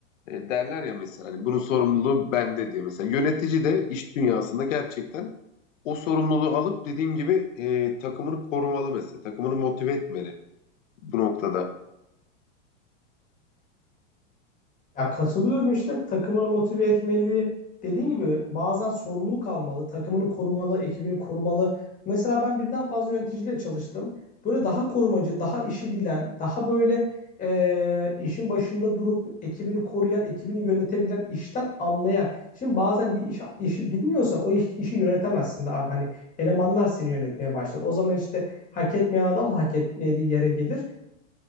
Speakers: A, on the left (about 80°); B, on the left (about 20°).
A: e, derler ya mesela hani bunun sorumluluğu bende diye. Mesela yönetici de iş dünyasında gerçekten o sorumluluğu alıp dediğin gibi e, takımını korumalı mesela. Takımını motive etmeli bu noktada.
B: Ya katılıyorum işte takımını motive etmeli. Dediğin gibi bazen sorumluluk almalı, takımını korumalı, ekibini korumalı. Mesela ben birden fazla yöneticiyle çalıştım. Böyle daha korumacı, daha işi bilen, daha böyle eee, işin başında durup ekibini koruyan, ekibini yönetebilen, işten anlayan. Şimdi bazen bir iş, işi bilmiyorsan o iş- işi yönetemezsin de abi. Hani elemanlar seni yönetmeye başlar. O zaman işte hak etmeyen adam da hak etmediği yere gelir.